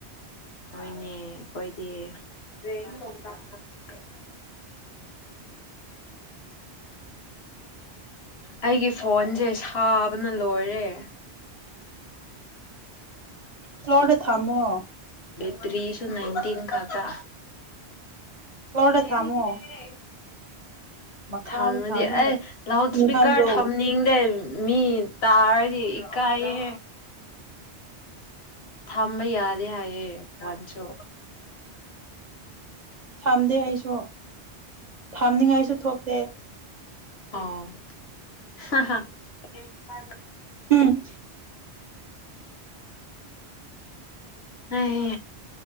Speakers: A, on the left (about 70°); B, on the right (about 45°).
A: ꯑꯣꯏꯅꯦ ꯑꯩꯈꯣꯏꯗꯤ <unintelligible> <unintelligible> ꯑꯩꯒꯤ ꯐꯣꯟꯁꯦ ꯁꯥꯕꯅ ꯂꯣꯏꯔꯦ
B: ꯀ꯭ꯂꯣꯗ ꯊꯃꯣ
A: ꯕꯇꯔꯤꯁꯨ ꯅꯥꯏꯟꯇꯤꯟ ꯈꯥꯛꯇꯥ <unintelligible>
B: ꯐ꯭ꯂꯣꯔꯗ ꯊꯝꯃꯣ ꯃꯈꯥꯗ
A: ꯊꯝꯃꯗꯤ
B: ꯊꯝꯃꯒ
A: ꯑꯩ ꯂꯥꯎꯠ ꯏꯁꯄꯤꯀꯔ
B: ꯏꯪꯍꯜꯂꯣ
A: ꯊꯝꯅꯤꯡꯗꯦ ꯃꯤ ꯇꯥꯔꯗꯤ ꯏꯀꯥꯏꯌꯦ ꯊꯝꯕ ꯌꯥꯗꯦ ꯍꯥꯏꯌꯦ ꯋꯥꯟꯁꯨ
B: ꯊꯝꯗꯦ ꯑꯩꯁꯨ ꯊꯥꯝꯅꯤꯉꯥꯏꯁꯨ ꯊꯣꯛꯇꯦ
A: ꯑꯣ
B: ꯎꯝ
A: ꯑꯩ